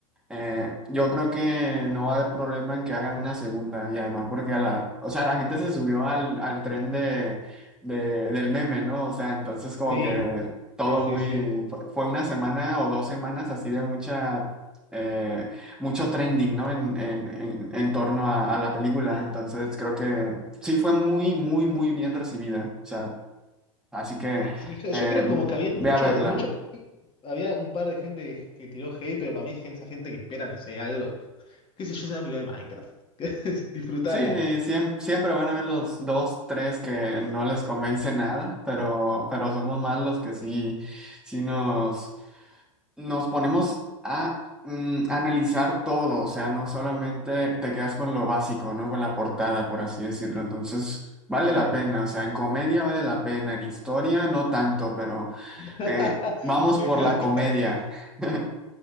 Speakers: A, in the centre; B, on the left.
A: Eh, yo creo que no va a haber problema en que hagan una segunda y además porque a la, o sea, la gente se subió al, al tren de, de- del meme, ¿no? O sea, entonces como
B: Sí,
A: que todo
B: sí, sí,
A: muy,
B: sí.
A: fue fue una semana o dos semanas así de mucha, eh, mucho trending, ¿no? En, en, en, en torno a, a la película. Entonces creo que sí fue muy, muy, muy bien recibida. O sea, así que
B: Sí, yo,
A: eh,
B: yo creo como que había
A: ve
B: mucho
A: a verla.
B: de mucho, había un par de gente que tiró hate, pero para mí es gente- esa gente que espera, no sé, algo. qué sé yo, es una película de Minecraft. <laughs> Disfrutala.
A: Sí, siem- siempre, van a haber los dos, tres que no les convence nada, pero, pero somos más los que sí, sí nos, nos ponemos a mm, analizar todo, o sea, no solamente te quedas con lo básico, ¿no? Con la portada, por así decirlo. Entonces, vale
B: Claro.
A: la pena, o sea, en comedia vale la pena, en historia no tanto, pero
B: <laughs>
A: eh, vamos
B: Me
A: por
B: encanta.
A: la comedia. <laughs>